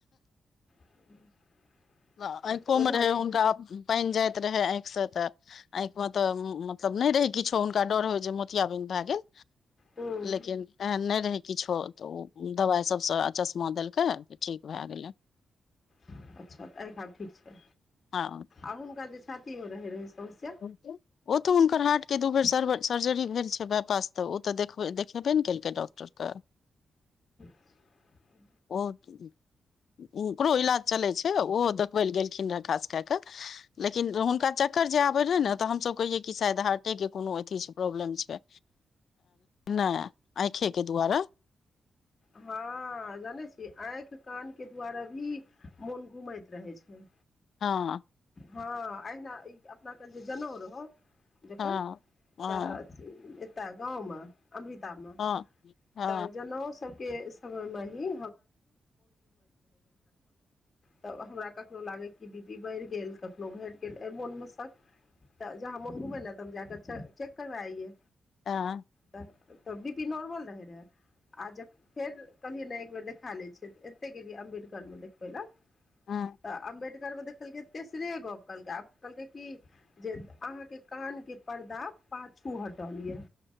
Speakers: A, on the left; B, on the left.
A: <inaudible>
B: आँखि
A: तऽ ओझा
B: मे रहे
A: जी
B: हुनका पानि जाइत रहै आँखि से तऽ आँखि मे तऽ मतलब नहि रहै किछो हुनका डर होय जे मोतियाबिन्द भए गेल
A: हूँ
B: लेकिन एहन नहि रहै किछो तऽ ओ दवाइ सबसँ चश्मा देलकै ठीक भए गेलै
A: अच्छा तऽ एहिठा ठीक छै
B: हँ
A: आ हुनका जे हो रहै समस्या
B: ओ तऽ हुनकर हाट के दू बेर सर्व सर्जरी भेल छै व तऽ ओ तऽ देखेबे नहि केलकै डॉक्टरके
A: <unintelligible>
B: ओ कऽ जी ओकरो इलाज चलै छै ओहो देखबै ल गेलखिन रहऽ खास कए कऽ लेकिन हुनका चक्कर आबे रहे ने तऽ हमसभ कहि कि शायद हार्टे के कोनो अथी छै प्रॉब्लम छै नहि आँखे के दुआारा
A: हँ ह जानै छी आँखि कान के दुवारा भी मोन घुमैत रहे छै
B: हँ
A: हँ अना ई अपना कन जे जनेउ रहौ जखन
B: हँ हँ
A: तऽ एतय गाँव मे अमृता मे
B: हँ हँ
A: तऽ जनेउ सभके समयमे तऽ हमरा कखनो लागय कि बी पी बढ़ि गेल कखनो घटि गेल एहि मोनमे शक तऽ जहाँ हमो घुमै न तऽ हम जाक चेक करब आइये
B: हँ
A: तऽ त बि पी नोरमल रहैत रहै आ ज फेर कहलियै नहि एक बेर देखा लै छियै तऽ एते गेलियै अम्बेडकरमे देखबै लए त
B: हँ
A: अम्बे मे देखलकै तेसरे गप कहलकै आब कहलकै की जे अहाँ के कान के परर्दा पाँचको हटौलियऐ